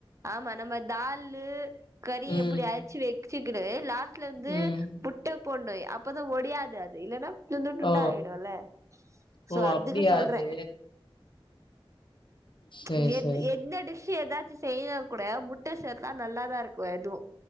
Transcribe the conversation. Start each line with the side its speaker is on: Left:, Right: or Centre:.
Right: ஆமா நம்ம தால்லு கறி
Left: ம்
Right: எப்படி அழிச்சு வெ சி கிட் து லாஸ்ட்ல வந்து
Left: ம்
Right: முட்ட போ னு அப்பதா ஒடியாது அது இல்லன்னா துண்டு துண்டா
Left: ஓ!
Right: ஆயிடுல சோ
Left: ஓ!
Right: அதுக்கு
Left: அப்டியா
Right: சொல்ற
Left: அது? சேரி
Right: ப்ச் எது
Left: சேரி
Right: எந்த டி து எதாச்சு செய்யனாக் கூட முட்ட சேத்துனா நல்லாதா இருக்கு எதுவு